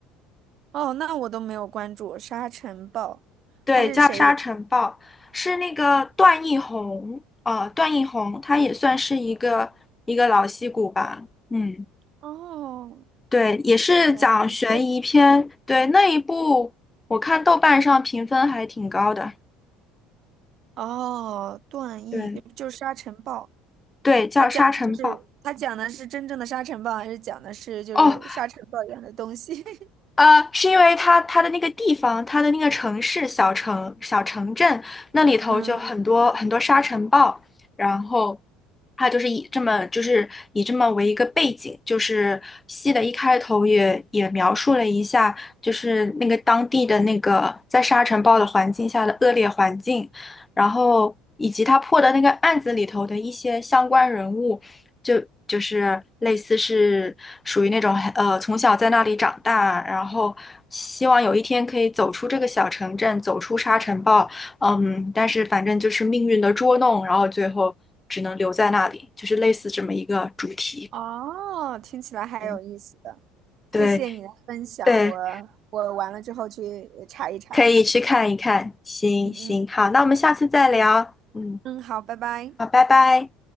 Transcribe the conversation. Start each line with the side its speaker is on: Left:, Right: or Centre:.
Right: 哦，那我都没有关注《沙尘暴》，
Left: 对，
Right: 他是谁演？
Left: 叫《沙尘暴》，是那个段奕宏，呃，段奕宏他也算是一个一个老戏骨吧，嗯，
Right: 哦，
Left: 对，也是讲悬疑片，
Right: 演不太是
Left: 对，那一部我看豆瓣上评分还挺高的，
Right: 哦，段奕就是《沙尘暴》，
Left: 对对，叫《沙尘暴》。
Right: 他讲的就是他讲的是真正的沙尘暴，还是讲的是就是沙尘暴一样的东西？
Left: 哦，
Right: <laughs>
Left: 呃，是因为它它的那个地方，它的那个城市、小城、小城镇那里头就很多很多沙尘暴，
Right: 嗯，
Left: 然后它就是以这么就是以这么为一个背景，就是戏的一开头也也描述了一下，就是那个当地的那个在沙尘暴的环境下的恶劣环境，然后以及他破的那个案子里头的一些相关人物。就就是类似是属于那种呃从小在那里长大，然后希望有一天可以走出这个小城镇，走出沙尘暴，嗯，但是反正就是命运的捉弄，然后最后只能留在那里，就是类似这么一个主题。
Right: 哦，听起来还有意思的，
Left: 嗯对
Right: 谢谢你的分享，
Left: 对，
Right: 我我完了之后去查一查。
Left: 可以去看一看。行行，
Right: 嗯嗯
Left: 好，那我们下次再聊。嗯，
Right: 嗯，好，拜拜。
Left: 好，拜拜。